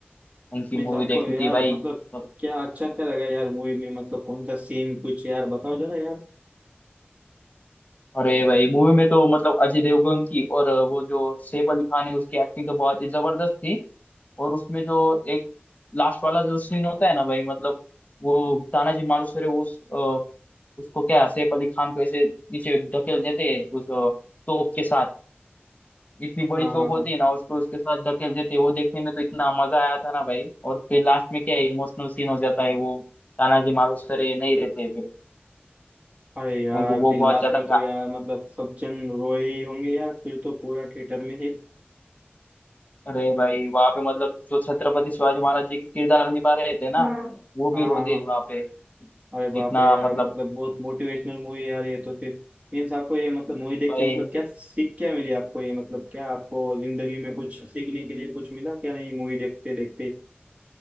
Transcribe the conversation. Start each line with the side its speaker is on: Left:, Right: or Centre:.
Left: उनकी
Right: मीन्स
Left: मूवी
Right: आपको
Left: देखी
Right: यार
Left: थी भाई
Right: मतलब
Left: मतलब
Right: क्या अच्छा क्या लगा यार मूवी में मतलब कौन सा सीन कुछ यार बताओ जरा यार
Left: अरे भाई मूवी में तो मतलब अजय देवगन की और वो जो सैफ अली खान है उसकी एक्टिंग तो बहुत ही जबरदस्त थी और उसमें जो एक लास्ट वाला जो सीन होता है ना भाई मतलब वो तानाजी मालुसरे उस अ, उसको क्या सैफ अली खान को ऐसे नीचे धकेल देते हैं उस अ, तोप के साथ इतनी बड़ी
Right: हाँ
Left: तोप
Right: हाँ
Left: होती
Right: हाँ
Left: है ना उसको उसके साथ धकेल देते हैं वो देखने में तो इतना मजा आया था ना भाई और फिर लास्ट में क्या इमोशनल सीन हो जाता है वो तानाजी मालुसरे नहीं रहते फिर
Right: अरे यार
Left: उनको वो
Right: फिर
Left: बहुत
Right: लास्ट
Left: ज्यादा
Right: में तो
Left: गा-
Right: यार मतलब सब जन रोए ही होंगे यार फिर तो पूरा थिएटर में ही
Left: अरे भाई वहां पे मतलब जो छत्रपति शिवाजी महाराज जी के किरदार निभा रहे थे ना
Right: हाँ
Left: वो भी
Right: हाँ
Left: रो
Right: हाँ
Left: दिए वहां पे
Right: अरे बाप
Left: इतना
Right: रे यार
Left: मतलब
Right: मतलब बहुत मोटिवेशनल मूवी यार ये तो फिर मीन्स आपको ये मतलब मूवी देख
Left: भाई
Right: के मतलब क्या सीख क्या मिली आपको ये मतलब क्या आपको जिंदगी में कुछ सीखने के लिए कुछ मिला क्या नहीं मूवी देखते देखते